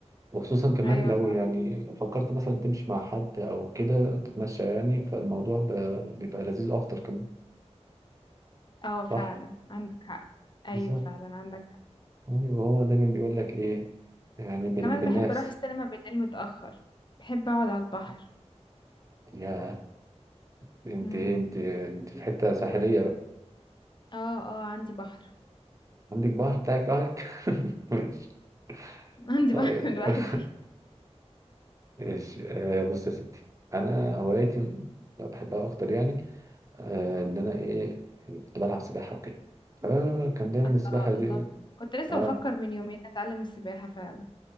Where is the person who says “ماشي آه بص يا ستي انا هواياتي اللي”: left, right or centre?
Right